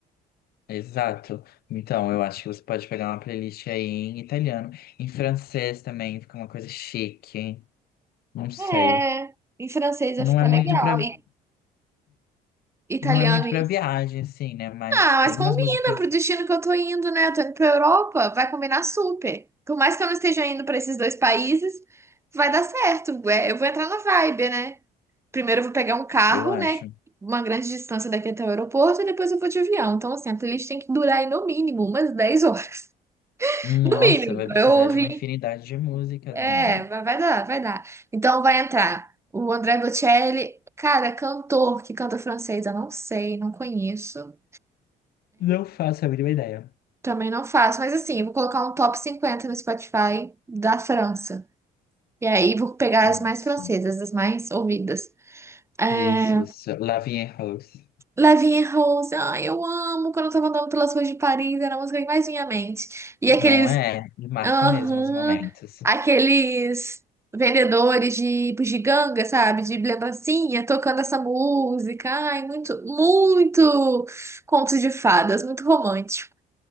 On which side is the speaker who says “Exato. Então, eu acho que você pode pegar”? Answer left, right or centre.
Left